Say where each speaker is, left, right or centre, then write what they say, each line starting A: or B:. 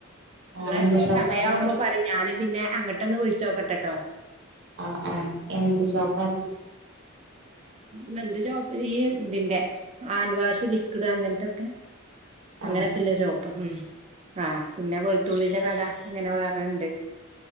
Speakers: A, on the right (about 30°); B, on the right (about 60°).
A: നിങ്ങളെ
B: ആ എന്ത് ഷോപ്പാണ്
A: സമയവുമ്പോ പറയ് ഞാ <unintelligible> പിന്നെ അങ്ങോട്ടന്നെ വിളിച്ചോക്കട്ടെട്ടോ.
B: ആഹ് ആഹ് എന്ത് ഷോപ്പാണ്.
A: മ് എന്ത് ഷോപ്പ് ഈ ഇതിന്റെ ഹാൻഡ് വാഷ്, ലിക്വിഡ് അങ്ങനത്തൊക്കെ
B: ആ
A: അങ്ങനൊക്കെല്ലേ ഒര് ഷോപ്പാ മ് ആ പിന്നെ വെ ത്തുള്ളിന്റെ കട അങ്ങനെ വേറെണ്ട്